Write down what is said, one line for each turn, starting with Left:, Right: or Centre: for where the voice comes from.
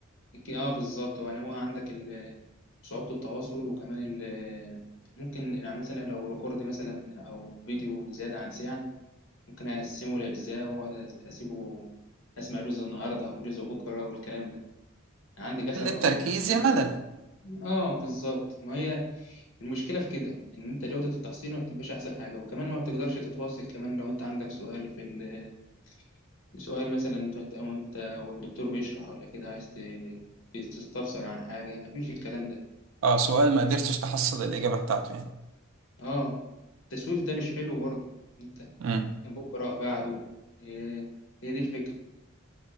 Left: اه بالظبط هو يعني هو عندك ال- صعوبة التواصل وكمان ال- ممكن يعني مثلا لو ريكورد مثلا او فيديو زيادة عن ساعة ممكن أقسمه لأجزاء وأقعد أس- أسيبه أسمع جزء النهاردة وجزء بكرة والكلام ده عندي كسل
Right: قلة
Left: رهيب
Right: التركيز
Left: طبيعي.
Right: يا ملل
Left: آه بالظبط ما هي المشكلة في كده إن أنت جودة التحصيل ما بتبقاش أحسن حاجة وكمان ما بتقدرش تتواصل كمان لو أنت عندك سؤال في ال... سؤال مثلا أنت أو أنت والدكتور بيشرح ولا كده عايز ت... ت- تستفسر عن حاجة مفيش الكلام ده
Right: اه سؤال ما قدرتش تحصل الإجابة بتاعته يعني
Left: آه التسويف ده مش حلو برضه أنت
Right: امم
Left: بكرة بعده إيه هي دي الفكرة